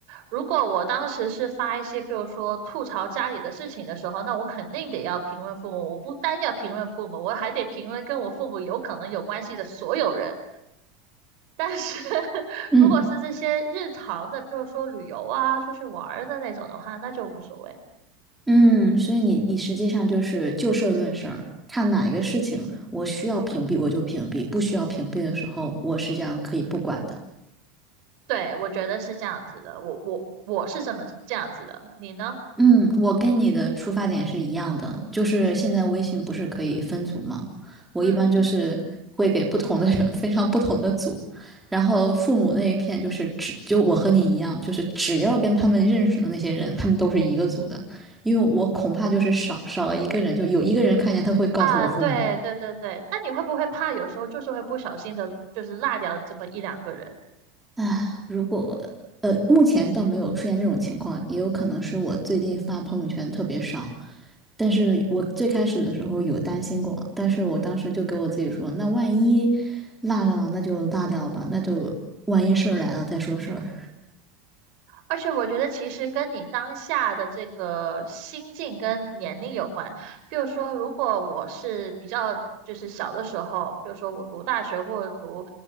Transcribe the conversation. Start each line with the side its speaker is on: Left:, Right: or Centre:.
Right: 如果我当时是发一些，比如说吐槽家里的事情的时候，那我肯定得要评论父母。我不单要评论父母，我还得评论跟我父母有可能有关系的所有人。但是 <laughs>
Centre: 嗯
Right: 如果是这些日常的，比如说旅游啊、出去玩儿的那种的话，那就无所谓。
Centre: 嗯，所以你你实际上就是就事儿论事儿，看哪一个事情我需要屏蔽我就屏蔽，不需要屏蔽的时候我实际上可以不管的。
Right: 对，我觉得是这样子的，我我我是这么这样子的，你呢？
Centre: 嗯，我跟你的出发点是一样的，就是现在微信不是可以分组吗？我一般就是会给不同的人分上
Right: 嗯。
Centre: <laughs> 不同的组，然后父母那一片就是只就我和你一样，就是只要跟他们认识的那些人，他们都是一个组的，因为我恐怕就是少少了一个人，就有一个人看见他会告诉我父母。
Right: 啊，对对对对，但你会不会怕有时候就是会不小心的，就是落掉这么一两个人？
Centre: 啊，如果呃，目前倒没有出现这种情况，也有可能是我最近发朋友圈特别少。但是我最开始的时候有担心过，
Right: 嗯。
Centre: 但是我当时就给我自己说，那万一落上了，那就落掉吧，那就万一事儿来了再说事儿。
Right: 而且我觉得其实跟你当下的这个心境跟年龄有关。比如说，如果我是比较就是小的时候，比如说我读大学或者读